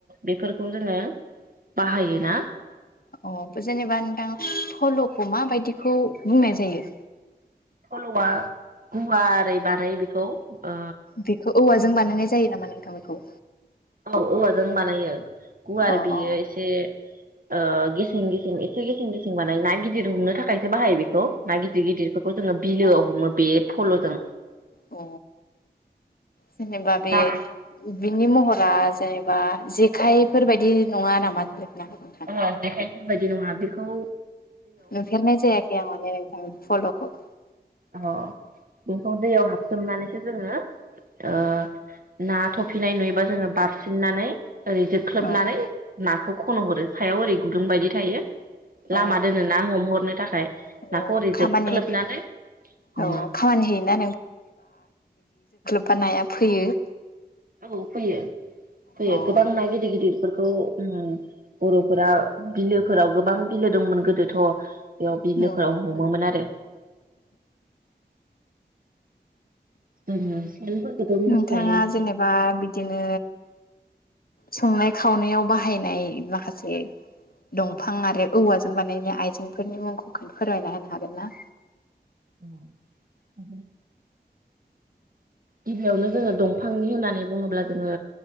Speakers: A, on the right; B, on the left.
A: बेफोरखौ जोंङो बाहायोना?
B: अ जेनेबा नोंथां फल'खौ माबायदिखौ बुंनाय जायो?
A: फल'आ गुवा ओरै बानायो बेखौ ओ
B: बेखौ औवाजों बानायनाय जायो नामा नोंथां? फल बखौ
A: औ औवाजों बानायो। गुवार
B: अ
A: बियो
B: अ
A: एसे ओ गेसें गेसें एसे गेसें गेसें बानाय ना गिदिर हमनो थाखायसो बाहायो बेखौ ना गिदिर गिदिर। बेफोरखौ जोंङो बिलोआव
B: अ
A: हमो बे फल'जों
B: अ जेनेबा बे
A: ना
B: ओ बे नोंनि महरा जेनेबा जेखायफोर बायदि नङा नामा? नोंथां
A: ओहो जेखायफोर बायदि नङा बे खौ
B: नुफेरनाय जायाखै आं मानि नोंथां फल'खौ
A: अ बेखौ दैयाव हाबसोमनानैसो जोङो ओ ना थफिनाय नुयोबा जोङो बारसिननानै ओरै जोख्लोबनानै
B: औ
A: नाखौ खन' हरो सायाव ओरै गुदुं बायदि थायो लामा
B: अ
A: दोनो ना हमहरनो थाखाय
B: अ
A: नाखौ ओरै जोख्लोबनानै
B: खामानि
A: हमो।
B: औ खामानि होयोना बा नाया फैयो
A: औ फैयो फैयो
B: अ
A: गोबां ना गिदिर गादिरफोरखौ उम बर'फोरा बिलोफोराव गोबां बिलो दंमोन गोदोथ' बेयाव बिलोफोराव
B: औ
A: हमोमोन आरो उम फोरखौथ' मिनथिखायो
B: नोंथाङा जेनेबा बिदिनो संनाय खावनायाव बाहायनाय माखासे दंफां आरो औवाजों बानायनाय आइजेंफोरनि मुंखौ फोरमायना होनो हागोन ना?
A: ओ गिबियावनो जोङो दंफांनि होननानै बुङोब्ला जोङो